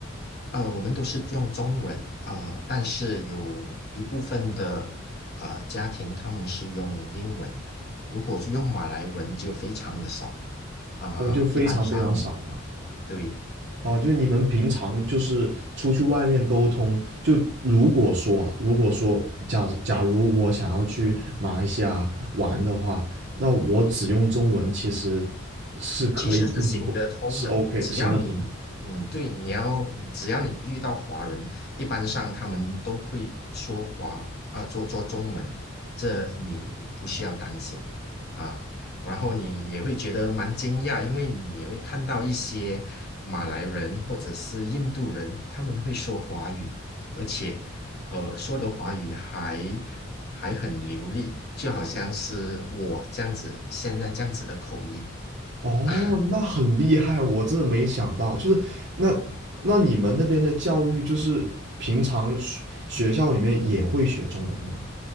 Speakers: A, on the left (about 55°); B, on the right (about 60°).
A: 呃，我们都是用中文，呃，但是有一部分的呃家庭他们是用英文，如果是用马来文就非常的少啊，
B: 哦，就非常非常少嘛。
A: 一般上对，
B: 哦，就是你们平常就是出去外面沟通，就如果说啊，如果说假假如我想要去马来西亚玩的话，那我只用中文其实是可以进行沟，
A: 其实是行得通的，
B: 是 OK
A: 只要你，
B: 行得通。
A: 嗯，对，你要，只要你遇到华人，一般上他们都会说华，啊、做做中文，这你不需要担心啊。然后你也会觉得蛮惊讶，因为你也会看到一些马来人或者是印度人，他们会说华语，而且，呃，说的华语还还很流利，就好像是我这样子，现在这样子的口音。
B: 哦，
A: <laughs>
B: 那很厉害，我真的没想到，就是那那你们那边的教育就是平常学学校里面也会学中文吗？